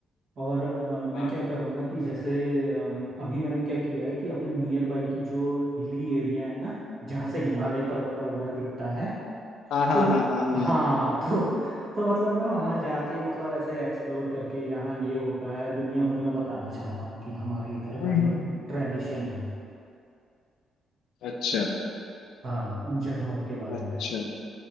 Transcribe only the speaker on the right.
और अ, मैं
क्या करूँगा कि जैसे अ, अभी मैंने क्या किया है कि अपने नियर बाई की जो हिली एरिया है ना जहाँ से हिमालय पर्वत वगैरह दिखता है
तो म-
हाँ तो तो मतलब मैं वहाँ जाके मतलब ऐसे एक्सप्लोर करके यहाँ ये होता है दुनिया भर में बताना चाहता हूँ कि हमारे इधर
का जो
ट्रेडिशन है
हाँ उन जगहों के बारे
में